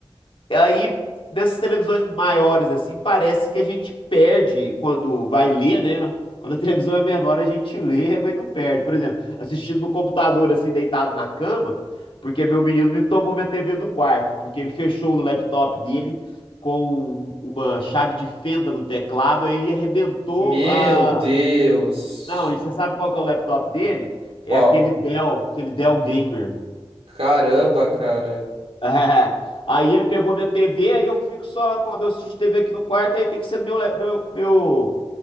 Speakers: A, on the left; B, on the right.
A: E Aí, nessas televisões maiores, assim, parece que a gente perde quando vai ler, né? Quando a <laughs> televisão é menor, a gente lê, mas não perde. Por exemplo, assistindo no computador, assim, deitado na cama, porque meu menino me tomou minha TV do quarto, porque ele fechou o laptop dele com uma chave de fenda no teclado aí arrebentou
B: Meu
A: a.
B: Deus.
A: Não, e você sabe qual que é o laptop dele? É
B: Qual?
A: aquele Dell, aquele Dell Gamer.
B: Caramba, cara.
A: É. Aí ele pegou minha TV, aí eu fico só, quando eu assisto TV aqui no quarto, aí tem que ser no meu, le- meu, meu,